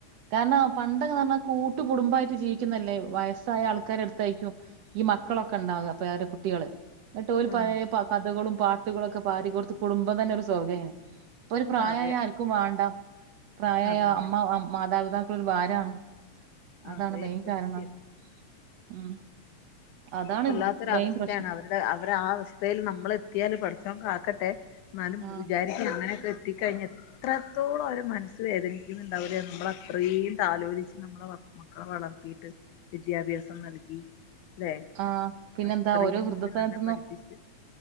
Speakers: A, on the right; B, on the left.
A: കാരണം പണ്ടൊന്ന് പറഞ്ഞാ കൂട്ടു കുടുംബമായിട്ട് ജീവിക്കുന്നല്ലേ വയസ്സായ ആൾക്കാരടുത്തായിരിക്കും ഈ മക്കളൊക്കെ ഉണ്ടാവ പേരകുട്ടികള് ന്നിട്ട് ഓല്
B: ഉം.
A: പഴേ കഥകളും പാട്ടുകളൊക്കെ പ പാടി കൊടുത്ത് കുടുംബം തന്നെ ഒരു സ്വഖേയ്ന്ന് ഇപ്പൊ ഒരു പ്രായായ
B: അതെ
A: ആർക്കും വാണ്ട പ്രായായ
B: അതന്നെ
A: അമ്മ മാതാപിതാക്കൾ ഒരു ഭാരാണ് അതാണ്
B: അതെ
A: മെയിൻ
B: സത്യം
A: കാരണം ഉം അതാണ്
B: വല്ലാത്തൊരു
A: മെയിൻ
B: അവസ്ഥയാണ്
A: പ്രശ്നം
B: അവരുടെ അവരെ അവസ്തേൽ നമ്മ നമ്മള് എത്തിയാല് പടച്ചോൻ കാക്കട്ടെ എന്നാലും
A: ആഹ്
B: വിചാരിക്കും അങ്ങനൊക്കെ ത്തി കഴിഞ്ഞ എത്രത്തോളം അവരെ മനസ്സ് വേദനിക്കുന്നുണ്ടാവുല്ലേ നമ്മളത്രയും താലോലിച്ച് നമ്മളെ വളർ മക്കളെ വളർത്തീട്ട് വിദ്യാഭ്യാസം നൽകി അല്ലെ
A: ആ പിന്നെന്താ
B: അത്രയും
A: ഓരോ വൃദ്ധസദനത്ത്ന്നും
B: ഇതില് നല്ല പഠിപ്പിച്ച്